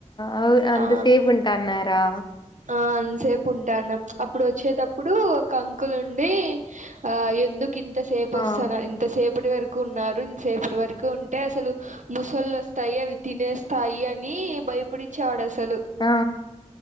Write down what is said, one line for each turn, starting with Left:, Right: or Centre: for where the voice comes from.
Left: అ అంత
Right: ఆ
Left: సేఫ్ ఉంటాన్నారా
Right: ఆ అంతసేపు ఉంటానం అప్పుడు వచ్చేటప్పుడు కంకులుండి ఆ ఎందుకు ఇంతసేపు వస్తను
Left: ఆ
Right: ఇంతసేపటి వరకు కుఉన్నారు ఇంత సేపటి వరకు ఉంటే అసలు ముసళ్ళు వస్తాయి అవి తినేస్తాయి అని భయపడిచ్చివాడు అస సలు
Left: ఆ